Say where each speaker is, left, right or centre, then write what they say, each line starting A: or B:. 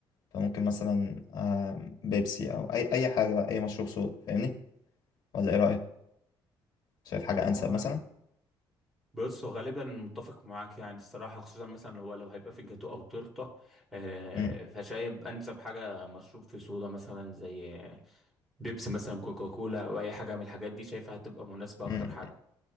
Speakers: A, on the left; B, in the centre.
A: فممكن مثلا أم، بيبسي أو أي أي حاجة بقى أي مشروب صودا فاهمني ولا إيه رأيك شايف حاجة
B: هو
A: أنسب مثلا
B: بص هو غالبا متفق معاك يعني الصراحة خصوصا مثلا لو لو هيبقى في جاتو أو تورتة آه،
A: مم.
B: فشايب أنسب حاجة مشروب في صودا مثلا زي بيبسي مثلا كوكاكولا أو أي حاجة من الحاجات دي شايفها هتبقى مناسبة
A: مم.
B: أكتر حاجة